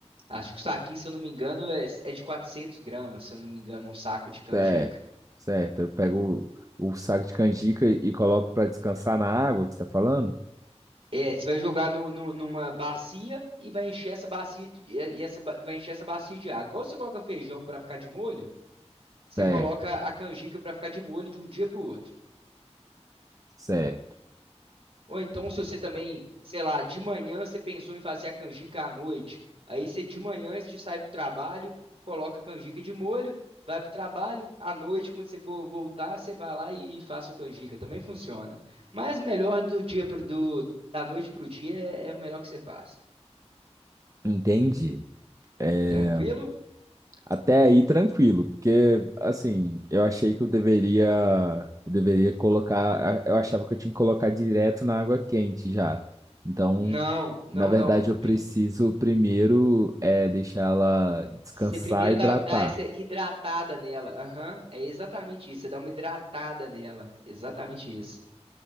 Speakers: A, on the right (about 55°); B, on the right (about 30°).
A: Acho que o saquinho, se eu não me engano, é, é de 400 gramas, se eu não me engano, um saco de canjica.
B: Certo, certo. Eu pego o, o saco de canjica e coloco para descansar na água que você tá falando?
A: É, você vai jogar no, no- numa bacia e vai encher essa bacia de, e e essa, ba- vai encher essa bacia de água. Igual você coloca feijão para ficar de molho, você
B: Certo,
A: coloca a canjica para ficar de molho de um dia para o outro.
B: certo.
A: Ou então, se você também, sei lá, de manhã você pensou em fazer a canjica à noite, aí você de manhã, antes de sair para o trabalho, coloca a canjica de molho, vai para o trabalho, à noite, quando você for voltar, você vai lá e faz a sua canjica. Também funciona. Mas melhor do dia pro, do, da noite para o dia é é o melhor que você faz.
B: Entendi. É,
A: Tranquilo?
B: até aí tranquilo, porque assim, eu achei que eu deveria, eu deveria colocar, eu achava que eu tinha que colocar direto na água quente já. Então,
A: Não, não,
B: na verdade,
A: não.
B: eu preciso
A: Prim-
B: primeiro é, deixar ela descansar,
A: Você primeiro
B: hidratar.
A: dá, dá essa hidratada nela. Aham, é exatamente isso. Você dá uma hidratada nela. Exatamente isso.